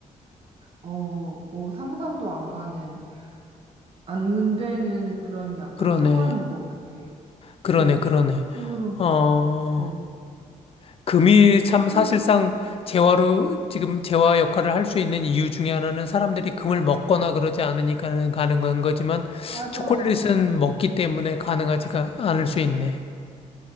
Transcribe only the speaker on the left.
그러네.
그러네,
그러네.
어,
금이 참
사실상 재화로, 지금 재화 역할을 할 수 있는 이유 중에 하나는 사람들이 금을 먹거나 그러지 않으니까는 가능한 거지만,
초콜릿은 먹기 때문에 가능하지가 않을 수 있네.